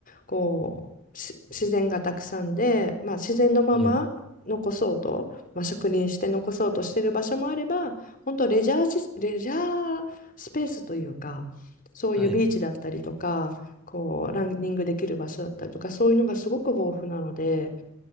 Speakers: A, on the left (about 40°); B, in the centre.
A: こうし自然がたくさんで、まあ、自然のまま残そうと、
B: はい、
A: まあ、植林して残そうとしてる場所もあれば本当レジャーし、レジャースペースというかそういうビーチだったりとかこうランニングできる場所だったりとかそういうのがすごく豊富なので。
B: はい。